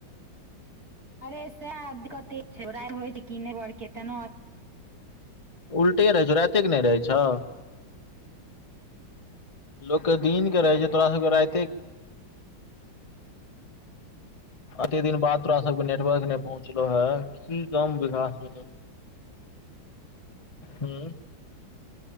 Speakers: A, on the right (about 35°); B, on the left (about 65°).
A: अरे सएह कते छैड़ होइ छै किने बरके तेना
B: उलटे रहै छौ रााते क नहि रहै छौ लोक के दिन के रहै छै तोरा सबके राइते एते दिन बाद तोरा सबके नेटवर्क नहि पहुँचलो हे की गाँव मे विकास भेलो हू